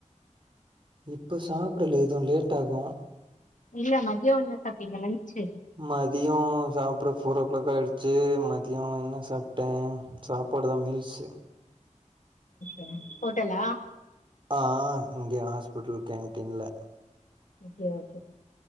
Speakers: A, on the right; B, on the left.
A: இப்ப சாப்பிடல எதுவு லேட் ஆகு
B: இல்ல மதியம் என்ன சாப்பிட்டீங்க லஞ்ச்
A: மதியம் சாப்பிட ஃபோரோ கிளாக் ஆயிடுச்சு மதிய என்ன சாப்பிட்டே சாப்பாடு தா மில்ஸ்
B: ம் ஹோட்டலா
A: ஆ ஆ இங்கே ஹாஸ்பிட்டல் கேன்டீன்ல
B: ஓகே ஓகே